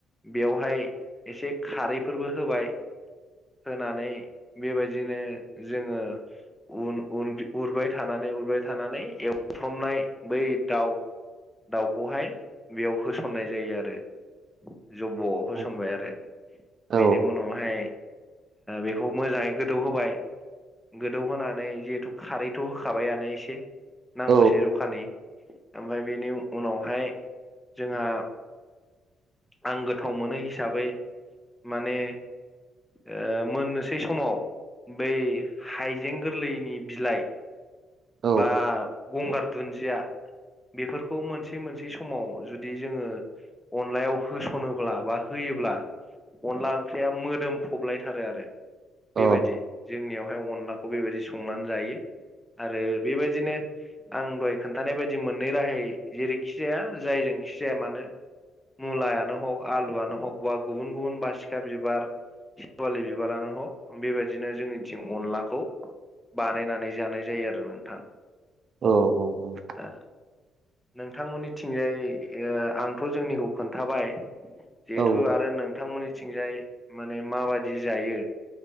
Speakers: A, in the centre; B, on the right (about 55°).
A: बेवहाय एसे खारैफोरबो होबाय होनानै बेबायदिनो जोङो उन उ उरबाय थानानै उरबाय थानानै एवफ्रामनाय बै दाउ दाउखौहाय बेयाव होसननाय जायो आरो जब्ब' होसनबाय
B: औ
A: आरो
B: औ
A: बेनि उनावहाय बेखौ मोजाङै गोदौ होबाय। गोदौहोनानै जिहेथु खारैथ' होखाबायानो एसे। नांगौसे
B: औ
A: जखानि ओमफ्राय बेनि उनावहाय जोंहा आं गोथाव मोनो हिसाबै माने ओ मोननोसै समाव बै हाइजें गोरलैनि बिलाइ
B: औ
A: बा गंगार दुन्दिया बेफोरखौ मोनसे मोन समाव जुदि जोङो अनलायाव होसनोब्ला बा होयोब्ला अनला ओंख्रिया मोदोम फबलायथारो आरो।
B: औ
A: बेबायदि जोंनियावहाय अनलाखौ बेबायदि संनानै जायो आरो बेबायदिनो आं दहाय खोनथानाय बायदि मोननै राहायै जेरैखि खिजाया जायजोंखि जाया मानो मुलायानो हग आलुआनो हग बा गुबुन गुबुन बासिखा बिबार सेवालि बिबारानो हक बेबायदिनो जोंनिथिं अनलाखौ बानायनानै जानाय जायो आरो नोंथां
B: औ औ औ
A: दा नोंथांमोननिथिंजाय ओ आंथ जोंनिखौ खोन्थाबाय जिहेथु
B: औ
A: आरो नोंथांमोननिथिंजाय माने माबायदि जायो